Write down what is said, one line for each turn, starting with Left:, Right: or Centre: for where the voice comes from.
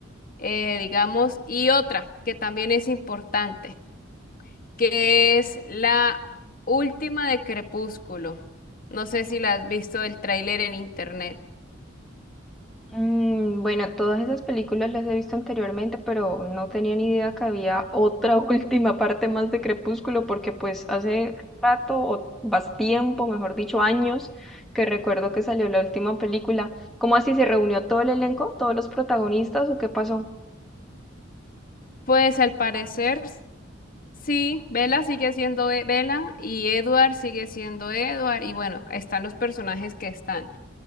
Left: eh, digamos, y otra que también es importante. que es la última de Crepúsculo. No sé si la has visto el tráiler en internet.
Centre: Mm, bueno, todas esas películas las he visto anteriormente, pero no tenía ni idea que había otra <laughs> última parte más de Crepúsculo, porque pues hace rato, o más tiempo, mejor dicho, años, que recuerdo que salió la última película. ¿Cómo así se reunió todo el elenco, todos los protagonistas o qué pasó?
Left: Pues al parecer sí, Bella sigue siendo E- Bella y Edward sigue siendo Edward y bueno, están los personajes que están.